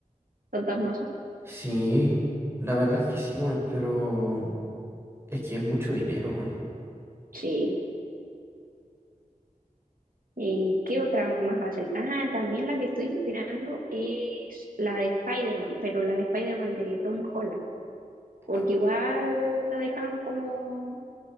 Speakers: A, on the right; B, on the right.
A: tantas masas.
B: Sí. La verdad es que sí, weón. Pero es que es mucho dinero, weón.
A: Sí. ¿Y qué otra más va a salir? Ah, también la que estoy esperando es la de Spider-Man, pero la de Spider-Man de Tom Holland. Porque
B: Ah,
A: igual la dejaron como,